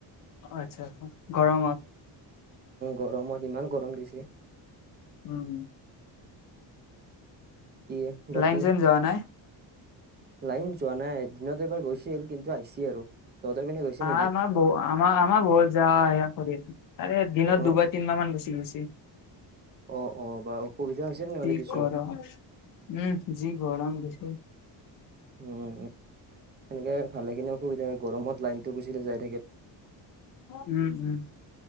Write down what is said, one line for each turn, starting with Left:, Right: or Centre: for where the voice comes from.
Left: অ আচ্ছা আচ্ছা গৰমত
Right: গৰমত, ইমান গৰম দিছে।
Left: উম।
Right: কি বাকী
Left: লাইন চাইন যোৱা নাই
Right: লাইন যোৱা নাই দিনত এবাৰ গৈছিল কিন্তু আহিছি আৰু তহঁতৰ পিনে গৈছে
Left: <unintelligible>
Right: নেকি
Left: আমা আমা বহুত যোৱা আ কৰিৰ আছে আৰে দিনত
Right: অ
Left: দুবাৰ তিনিবাৰ মান গুচি গৈছি
Right: অ অ বা অসুবিধা হৈছে নহ'লে
Left: কি
Right: কিছু
Left: কৰ উম যি গৰাম দিছি
Right: উম সেনেকে ভালে খিনি অসুবিধা হয় গৰমত লাইনটো গুচি যায়
Left: উম উম